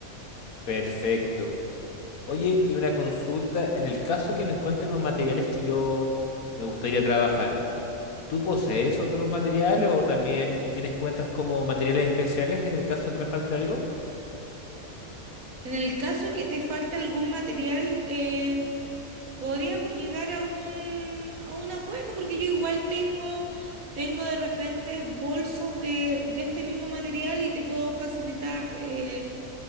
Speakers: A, on the left (about 80°); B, on the right (about 80°).
A: Perfecto. Oye, y una consulta, en el caso que no encuentren los materiales que yo me gustaría trabajar, ¿tú posees otros materiales o también eh, tienes cuentas como materiales especiales en el caso que me falte algo?
B: En el caso que te falte algún material, eh, podríamos llegar a un, a un acuerdo, porque yo igual tengo, tengo de repente bolsas de, de este mismo material y te puedo facilitar eh,